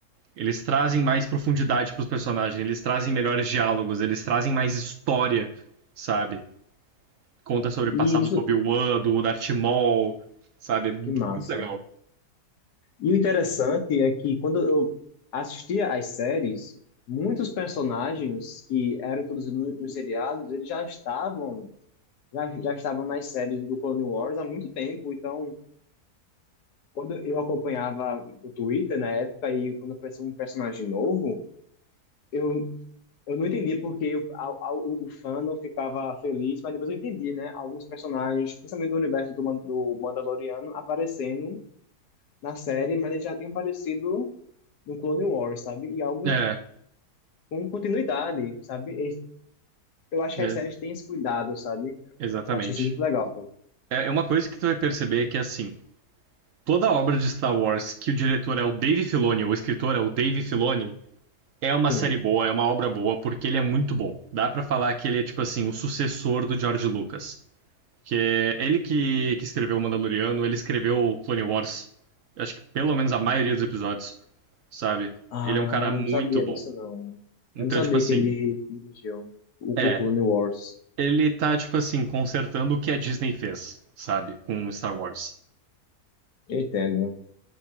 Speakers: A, on the right (about 65°); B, on the left (about 85°).
A: Eles trazem mais profundidade pros personagens, eles trazem melhores diálogos, eles trazem mais história, sabe? Conta sobre
B: E
A: o passado
B: isso,
A: do Obi-Wan, do Darth Maul, sabe? Muito
B: que massa.
A: legal.
B: E o interessante é que quando eu assistia às séries, muitos personagens que eram todos no- nos seriados, eles já estavam já, já estavam nas séries do Clone Wars há muito tempo. Então, quando eu acompanhava o Twitter na época e quando aparecia um personagem novo, eu eu não entendia porque a, a, o, o fandom ficava feliz, mas depois eu entendi, né? Alguns personagens, principalmente do universo do, Man- do Mandaloriano, aparecendo na série, mas eles já tinham aparecido no Clone Wars, sabe? E algo
A: É,
B: com continuidade, sabe? Eles- Eu acho que
A: é
B: as séries têm esse cuidado, sabe?
A: exatamente.
B: Eu acho isso muito legal.
A: É é uma coisa que tu vai perceber que, assim, toda obra de Star Wars que o diretor é o Dave Filoni, ou o escritor é o Dave Filoni, é uma
B: Sim.
A: série boa, é uma obra boa, porque ele é muito bom. Dá pra falar que ele é, tipo assim, o sucessor do George Lucas. Que ele que, que escreveu o Mandaloriano, ele escreveu o Clone Wars. Acho que pelo menos a maioria dos episódios, sabe?
B: Ah,
A: Ele é um cara muito
B: não sabia
A: bom.
B: disso, não.
A: Então,
B: Eu não sabia
A: tipo assim,
B: que ele dirigiu o,
A: é.
B: o Clone Wars.
A: Ele tá, tipo assim, consertando o que a Disney fez, sabe? Com Star Wars.
B: Entendo.